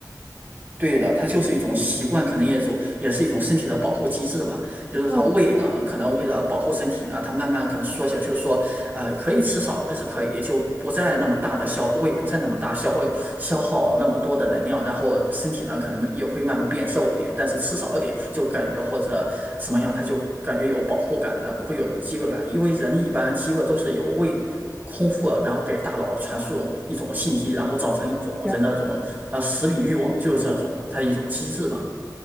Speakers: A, on the right; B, in the centre.
A: 对的，
B: 嗯
A: 它就是一种习惯，可能也是也是一种身体的保护机制吧。就是它胃呢，
B: 嗯，
A: 可能为了保护身体啊，它慢慢可能缩小，就是说，呃，可以吃少还是可以，就不再那么大的消，胃不再那么大消耗消耗那么多的能量，然后身体呢可能也会慢慢变瘦一点，但是吃少一点就感觉或者什么样，它就感觉有保护感呢，不会有这种饥饿感，因为人一般饥饿都是由胃空腹啊然后给大脑传输一种信息，然后造成一种人的这种呃食品欲望，
B: 是
A: 就是这种它一种机制嘛。